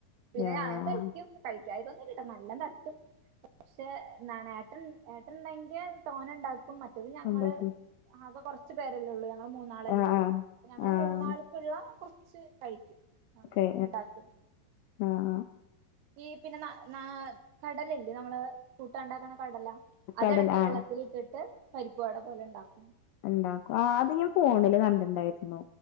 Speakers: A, on the right (about 80°); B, on the left (about 80°).
A: പിന്നെ
B: ആഹ്
A: ഞാനും കഴിക്കും കഴിക്കായ്ക ഒന്നുംല്ലട്ട നല്ലം തട്ടും പക്ഷേ എന്നാണ് ഏട്ടൻ ഏട്ടൻണ്ടെങ്കിൽ തോന ഇണ്ടാക്കും മറ്റത് ഞങ്ങള്
B: ഉണ്ടാക്കി
A: ആകെ കുറച്ച് പേരെല്ലേ ഉള്ളൂ ഞങ്ങള് മൂന്നാളല്ലേ
B: ആഹ്
A: ഉള്ളൂ
B: ആഹ്
A: ഞങ്ങള്
B: ആഹ്
A: മൂന്നാൾക്ക്ള്ള കൊറച്ച് കഴിക്കും അങ്ങനെ
B: ക്കെ
A: ഉണ്ടാക്കും
B: ആഹ് ആഹ്
A: ഈ പിന്നെ ന ന കടല ഇല്ലേ നമ്മള് കൂട്ടാൻ ഇണ്ടാക്കണ കടല
B: കടല
A: അതെടയ്ക്ക്
B: ആഹ്
A: വെള്ളത്തിലിട്ടിട്ട് പരിപ്പ് വട പോലെ ഇണ്ടാക്കും
B: ഇണ്ടാക്കും ആഹ് അത് ഞാൻ ഫോണില് കണ്ടിണ്ടായിരുന്നു